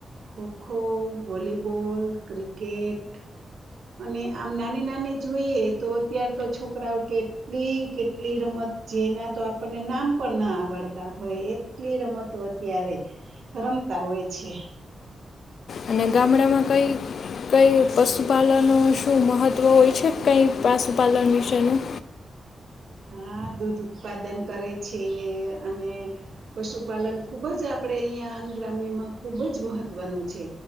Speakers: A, on the right; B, on the left.
A: ખોખો વોલીબોલ ક્રિકેટ અને આમ નાની નાની જોઈએ તો અત્યાર તો છોકરાઓ કેટલી કેટલી રમત જેના તો આપણને નામ પણ ના આવડતા હોય એટલી રમતો અત્યારે રમતા હોય છે.
B: અને ગામડામાં કંઈ કંઈ પશુપાલનો શું મહત્ત્વ હોય છે કંઈ પાશુપાલન વિશેનું
A: હા દૂધ ઉત્પાદન કરે છે અને પશુપાલન ખૂબ જ આપડે અહિયાં ગ્રામ્યમાં ખૂબ જ મહત્વનું છે